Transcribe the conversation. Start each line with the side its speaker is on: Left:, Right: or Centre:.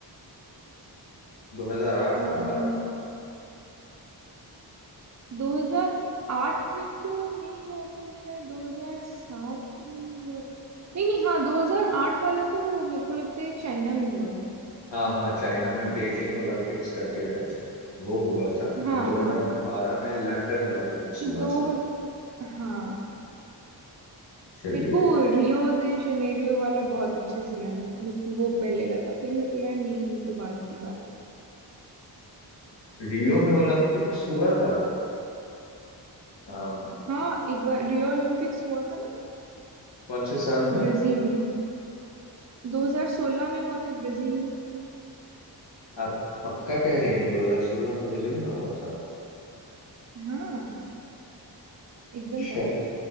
Left: 2008
Right: अम,
Left: और 12
Right: 2008 में तो नहीं हुआ था शायद 2007 में हुआ था नहीं नहीं हाँ 2008 वाला तो मेरे को लगता है चाइना में हुआ था
Left: हाँ हाँ चाइना में बीजिंग ओलंपिक्स करके है वो हुआ था
Right: हाँ
Left: और 2012
Right: हाँ हाँ
Left: में लंदन ओलंपिक्स हुआ
Right: दो
Left: था
Right: हज- हाँ
Left: चलिए
Right: मेरे को रियो दे जनेरियो वाला बहुत अच्छे से याद है मेरे को वो पहले लगा फिर मेरे को लगा नहीं वो तो बाद की बात है
Left: रियो में ओलंपिक्स हुआ था हाँ
Right: हाँ एक बार रियो ओलंपिक्स हुआ था ना
Left: कौन से साल में
Right: ब्राजील में 2016 में हुआ था ब्राजील में
Left: आप पक्का कह रही हैं 2016 में ब्राजील में हुआ था
Right: हाँ एकदम
Left: अच्छा
Right: पक्का